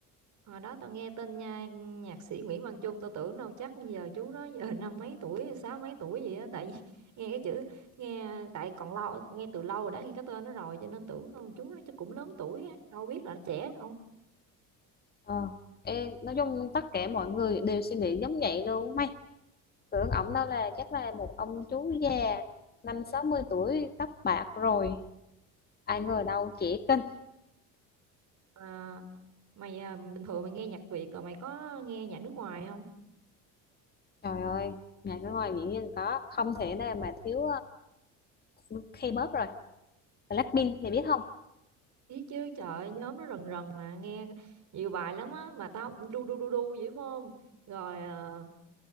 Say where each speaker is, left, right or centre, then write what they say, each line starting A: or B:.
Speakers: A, on the right; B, on the left.
A: hồi đó tao nghe tên nha nhạc sĩ Nguyễn Văn Chung tao tưởng đâu chắc giờ chú đó giờ <laughs> năm mấy tuổi sáu mấy tuổi gì á tại vì <laughs> nghe cái chữ nghe tại còn lâu nghe từ lâu rồi đã nghe cái tên nó rồi cho nên tưởng đâu chú nó chắc cũng lớn tuổi á đâu biết là nó trẻ đâu
B: Ờ, em nói chung tất cả mọi người đều suy nghĩ giống vậy luôn mày tưởng ổng đó là chắc là một ông chú già năm 60 tuổi tóc bạc rồi ai ngờ đâu trẻ kinh
A: à, mày à, bình thường mày nghe nhạc Việt rồi mày có nghe nhạc nước ngoài không
B: trời ơi nhà cái ngoài biển nhiên có không thể nào mà thiếu uh, K-pop rồi Blackpink mày biết không
A: Biết chứ trời ơi, nhóm nó rần rần mà nghe nhiều bài lắm á mà tao đu đu đu đu vậy phải không rồi uh,